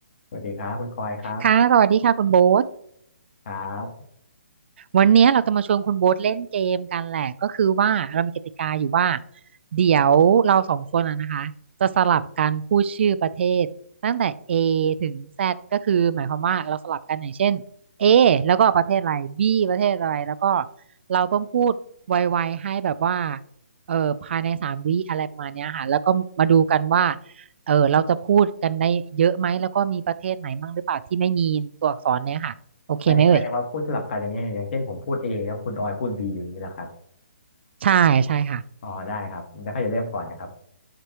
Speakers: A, on the left; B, on the right.
A: สวัสดีครับคุณออยครับ
B: ค่ะสวัสดีค่ะคุณโบ๊ท
A: ครับ
B: วันเนี้ยเราจะมาชวนคุณโบ๊ทเล่นเกมกันแหละก็คือว่าเรามีกติกาอยู่ว่าเดี๋ยวเราสองคนนะนะคะจะสลับกันพูดชื่อประเทศตั้งแต่ A ถึง Z ก็คือหมายความว่าเราสลับกันอย่างเช่น A แล้วก็ประเทศอะไร B ประเทศอะไรแล้วก็เราต้องพูดไวๆให้แบบว่าเออภายในสามวิอะไรประมาณเนี้ยค่ะแล้วก็มาดูกันว่าเออเราจะพูดกันได้เยอะไหมแล้วก็มีประเทศไหนบ้างหรือเปล่าที่ไม่มีตัวอักษรเนี่ยค่ะโอเคไหมเอ่ย
A: ไม่ไม่ได้ว่าพูดสลับกันอย่างเงี้ยอย่างเช่นผมพูด A แล้วคุณออยพูด B อย่างนี้แหละครับ
B: ใช่ใช่ค่ะ
A: อ๋อได้ครับแล้วก็อย่าเริ่มก่อนนะครับ